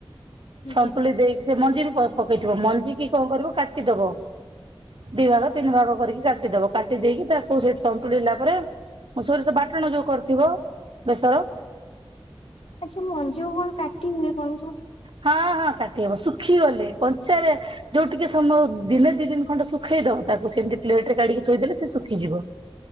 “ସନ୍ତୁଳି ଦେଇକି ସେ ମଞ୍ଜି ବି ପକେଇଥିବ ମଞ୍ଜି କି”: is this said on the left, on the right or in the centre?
Right